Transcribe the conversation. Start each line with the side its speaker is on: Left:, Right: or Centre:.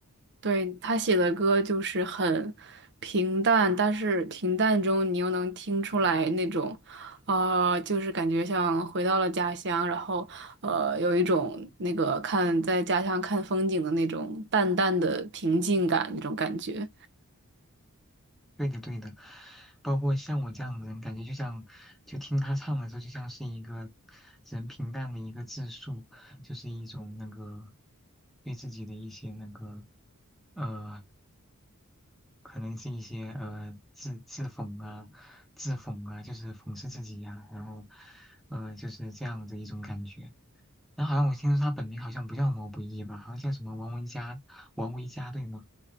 Right: 对他写的歌就是很平淡，但是平淡中你又能听出来那种。啊、就是感觉像回到了家乡，然后呃，有一种那个看在家乡看风景的那种淡淡的平静感，那种感觉。
Centre: 对的，对的，包括像我这样的人，感觉就像，就听他唱的时候，就像是一个人平淡的一个自述，就是一种那个对自己的一些那个呃，可能是一些呃自自讽啊、自讽啊，就是讽刺自己呀、然后呃就是这样的一种感觉。然后好像我听说他本名好像不叫毛不易吧，好像叫什么王维佳，王维佳对吗？